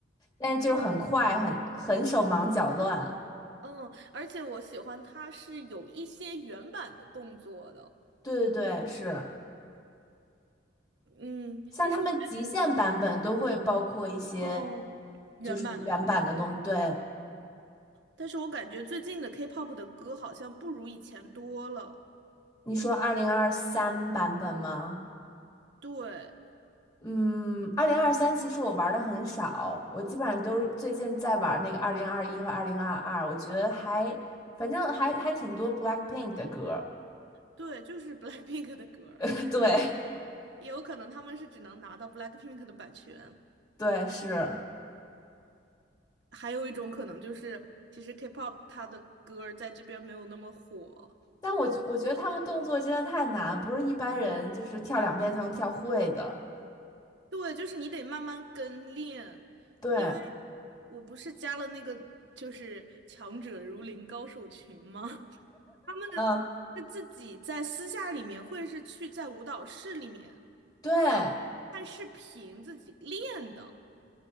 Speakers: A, on the left; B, on the right.
A: 但是就是很快，
B: 哦，
A: 很很手忙脚乱。
B: 嗯，而且我喜欢它是有一些原版的动作的，
A: 对对对，是，
B: 嗯，
A: 像他们极限版本都会包括一些
B: 但是我感觉哦，原版的动作。
A: 就是原版的东，对，
B: 但是我感觉最近的 K-pop 的歌好像不如以前多了。
A: 你说二零二三版本吗？
B: 对，
A: 嗯，二零二三其实我玩的很少，我基本上都最近在玩那个二零二一和二零二二，我觉得还反正还还挺多 Blackpink 的歌儿，
B: 对，就是 <laughs> BLACKPINK 的歌儿，
A: <laughs> 对
B: 也有可能他们是只能拿到 BLACKPINK 的版权。
A: 对是，
B: 还有一种可能就是，其实 K-pop 它的歌儿在这边没有那么火。
A: 但我觉我觉得他们动作真的太难，不是一般人就是跳两遍就能跳会的，
B: 对，就是你得慢慢跟练，
A: 对
B: 因为我不是加了那个就是强者如林高手群吗？<laughs> 他们
A: 嗯，
B: 是自己在私下里面，会是去在舞蹈室里面。
A: 对，
B: 然后看视频自己练的，